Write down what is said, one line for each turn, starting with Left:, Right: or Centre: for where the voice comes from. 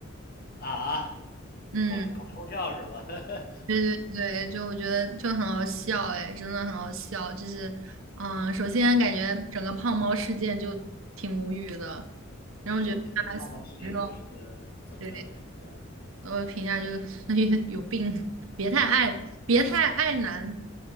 Left: 啊，
Right: 嗯，
Left: 搞搞抽象是吧？<laughs>
Right: 对对对，就我觉得就很好笑，哎，真的很好笑。就是，嗯，首先感觉整个胖猫事件就挺无语的，然后我觉得他死肉，
Left: 你有你对胖猫事件有一个怎么样的评价？
Right: 对，我评价就是 <laughs> 有病，别太爱，别太爱男。